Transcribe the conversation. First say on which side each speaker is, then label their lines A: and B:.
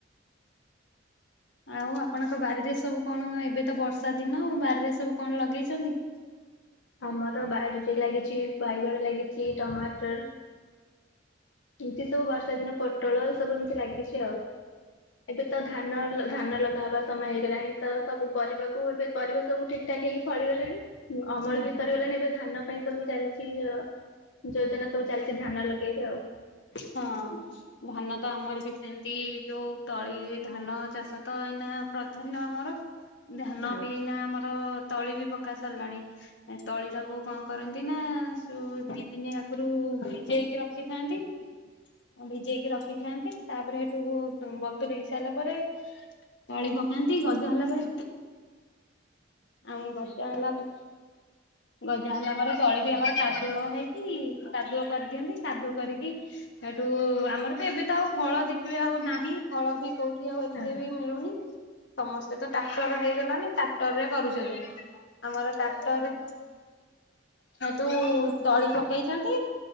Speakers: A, on the left (about 65°); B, on the left (about 85°).
A: ଆଉ ଆପଣଙ୍କ ବାରିରେ ସବୁ କଣ ଏବେ ତ ବର୍ଷା ଦିନ ଆଉ ବାରିରେ ସବୁ କଣ ଲଗେଇଛନ୍ତି।
B: ଆମର ବାଡ଼ିରେ ଲାଗିଛି ବାଇଗଣ ଲାଗିଛି ଟମାଟର। ଏମିତି ସବୁ ବର୍ଷା ଦିନ ପୋଟଳ ଏ ସବୁ ଏମିତି ଲାଗିଛି ଆଉ। ଏବେ ତ ଧାନ ଧାନ ଲଗାହବା। ସମୟ ହେଇଗଲାଣି ତ ସବୁ ପରିବାକୁ ଏବେ ପରିବା ସବୁ ଠିକ୍ ଠାକ୍ ହେଇକି ଫଳିଗଲେଣି। ହୁଁ ଅମଳ
A: ହଁ
B: ବି ସରିଗଲାଣି ଏବେ ଧାନ ପାଇଁ। ସବୁ ଚାଲିଛି ଯ ଯୋଜନା ସବୁ ଚାଲିଛି ଧାନ ଲଗେଇକି ଆଉ।
A: ହଁ। ଧାନ ତ ଆମର ବି ସେମିତି ଯୋଉ ତଳି ଧାନ ଚାଷ ତ ଏଇନା ପ୍ରଧାନ୍ୟ ଆମର। ଧାନ
B: ହଁ
A: ବି ଏଇନା ଆମର ତଳି ବି ପକା ସରିଲାଣି। ଏ ତଳି ଟାକୁ କଣ କରନ୍ତି ନା ସୁ ଦି ଦିନି ଆଗରୁ ଭିଜେଇକି ରଖି। ଥାଆନ୍ତି। ଭିଜେଇକି ରଖିଥାନ୍ତି ତାପରେ ସେଠୁ ବତୁରେଇ ସାରିଲା ପରେ। ତଳି ପକାନ୍ତି ଗଜା ହେଲା ପରେ। ଆଉ ଗଜା ହେଲା ପ ଗଜା ହେଲା ପରେ ତଳି ବି ଆମର କାଦୁଅ ହେଇକି କାଦୁଅ କରିଦିଅନ୍ତି। କଦୁଅ କରିକି ସେଠୁ ଆମର ବି ଏବେ ତ ଆଉ ହଳ ଦେଖିବେ ଆଉ ନାହିଁ ହଳ ବି କୋଉ କି ଆଉ ଏତେ
B: ହଁ।
A: ବି ମିଳୁନି ସମସ୍ତେ ତ ଟ୍ରାକ୍ଟର ହେଇଗଲାଣି ଟ୍ରାକ୍ଟରରେ କରୁଛନ୍ତି। ଆମର ଟ୍ରାକ୍ଟରରେ ସେଇଠୁ ତଳି ପକେଇଛନ୍ତି।